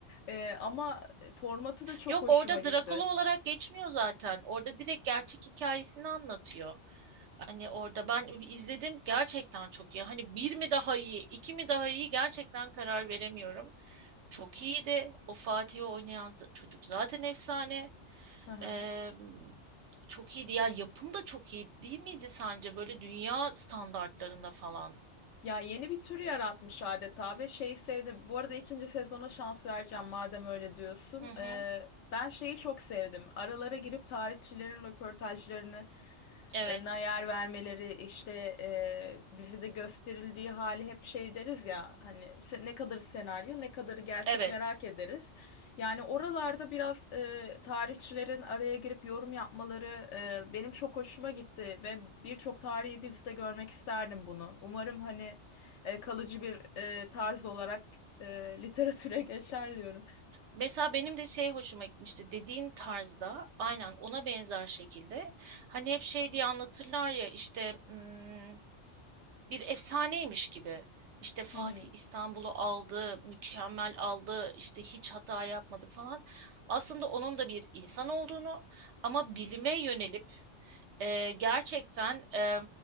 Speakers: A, on the left; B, on the right.
A: E, ama formatı da çok
B: Yok
A: hoşuma
B: orada
A: gitti.
B: Drakula olarak geçmiyor zaten. Orada direkt gerçek hikayesini anlatıyor. Hani orada ben izledim gerçekten çok iyi. Hani bir mi daha iyi, iki mi daha iyi gerçekten karar veremiyorum. Çok iyiydi. O Fatih'i oynayan z- çocuk zaten efsane.
A: <laughs>
B: Ee, çok iyiydi. Yani yapım da çok iyi değil miydi sence? Böyle dünya standartlarında falan.
A: Ya yeni bir tür yaratmış adeta ve şeyi sevdim. Bu arada ikinci sezona şans vereceğim madem öyle diyorsun.
B: Hı hı.
A: Ee, ben şeyi çok sevdim. Aralara girip tarihçilerin röportajlarını
B: Evet,
A: e, na yer vermeleri işte e, dizide gösterildiği hali hep şey deriz ya hani se- ne kadarı senaryo ne kadarı gerçek
B: evet.
A: merak ederiz. Yani oralarda biraz e, tarihçilerin araya girip yorum yapmaları e, benim çok hoşuma gitti ve birçok tarihi dizide görmek isterdim bunu. Umarım hani e, kalıcı bir e, tarz olarak e, literatüre <laughs> geçer diyorum.
B: Mesela benim de şey hoşuma gitmişti dediğin tarzda aynen ona benzer şekilde hani hep şey diye anlatırlar ya işte hmm, bir efsaneymiş gibi işte Fatih
A: Hı hı.
B: İstanbul'u aldı mükemmel aldı işte hiç hata yapmadı falan aslında onun da bir insan olduğunu ama bilime yönelip e, gerçekten e,